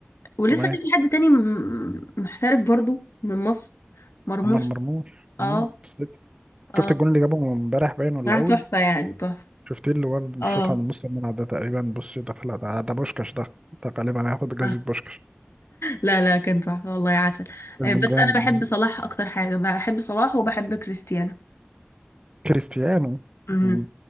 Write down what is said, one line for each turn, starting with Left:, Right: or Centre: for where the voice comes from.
Left: ولسه
Right: تمام
Left: كان في حد تاني م- محترف برضو من مصر مرموش
Right: عمر مرموش
Left: اه
Right: امم السيتي
Left: اه
Right: شفت الجون اللي جابه امبارح باين ولا
Left: راح
Right: اول
Left: تحفة يعني تحفة
Right: شفتيه اللي هو اللي
Left: اه
Right: شاطها من نص الملعب ده تقريبا بص دخل ده ده بوشكش ده ده غالبا هياخد جايزة
Left: آه.
Right: بوشكش
Left: لا لا كان تحفة والله يا عسل
Right: كان
Left: آه،
Right: من
Left: بس
Right: جامد
Left: انا بحب صلاح اكتر حاجة بحب صلاح وبحب كريستيانو
Right: كريستيانو
Left: امم
Right: مم.